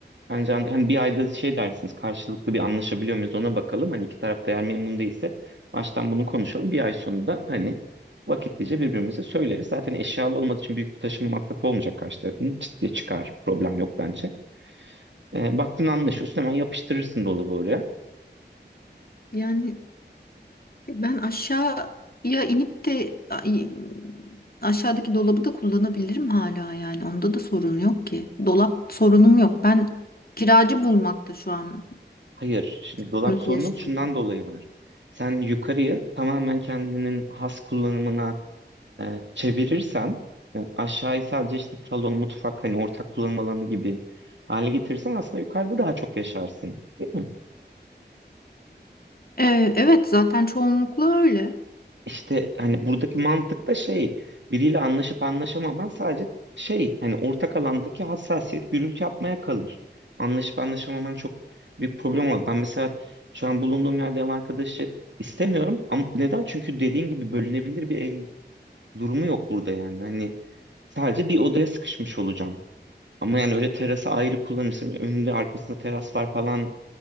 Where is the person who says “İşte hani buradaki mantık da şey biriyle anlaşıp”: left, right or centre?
Right